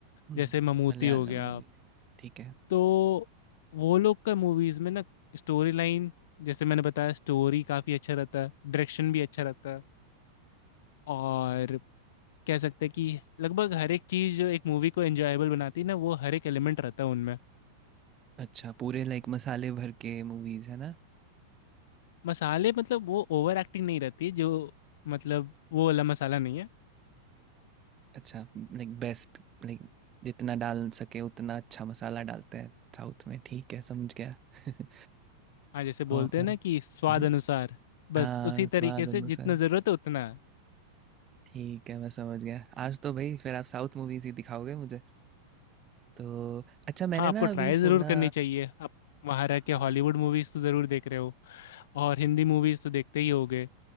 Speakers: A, on the right; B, on the left.
A: हम्म
B: जैसे ममूटी
A: मलयालम
B: हो गया
A: मूवीज ठीक है
B: तो वो लोग का मूवीज में ना स्टोरी लाइन जैसे मैंने बताया स्टोरी काफी अच्छा रहता है डायरेक्शन भी अच्छा रहता है और कह सकते हैं कि लगभग हर एक चीज जो एक मूवी को एंजॉयबल बनाती है ना वो हर एक एलिमेंट रहता है उनमें
A: अच्छा पूरे लाइक मसाले भर के मूवीज है ना
B: मसाले मतलब वो ओवर एक्टिंग नहीं रहती जो मतलब वो वाला मसाला नहीं है
A: अच्छा लाइक बेस्ट लाइक जितना डाल सके उतना अच्छा मसाला डालते हैं साउथ में ठीक है समझ गया <laughs>
B: हाँ जैसे बोलते
A: और
B: हैं ना कि स्वाद
A: हम्म,
B: अनुसार बस
A: हाँ
B: उसी तरीके
A: स्वाद अनुसार
B: से जितना ज़रूरत है उतना
A: ठीक है मैं समझ गया आज तो भाई फिर आप साउथ मूवीज ही दिखाओगे मुझे तो अच्छा मैंने
B: हाँ आपको
A: ना
B: ट्राई
A: अभी
B: ज़रूर
A: सुना
B: करनी चाहिए आप वहाँ रह
A: हाँ
B: के हॉलीवुड मूवीज़ तो ज़रूर देख रहे हो और हिंदी मूवीज़ तो देखते ही होगे